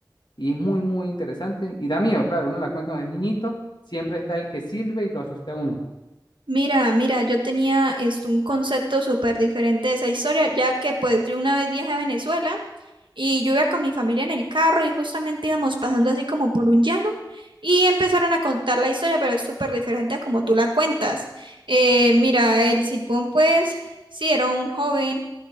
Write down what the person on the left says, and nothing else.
y es muy, muy interesante. Y da miedo, claro, uno la cuenta cuando es niñito, siempre está el que sirve y lo asusta a uno.